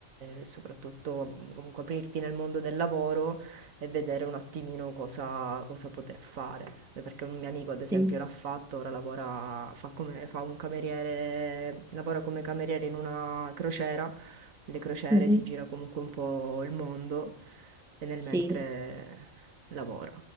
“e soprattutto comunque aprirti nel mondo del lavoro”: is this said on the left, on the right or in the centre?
Right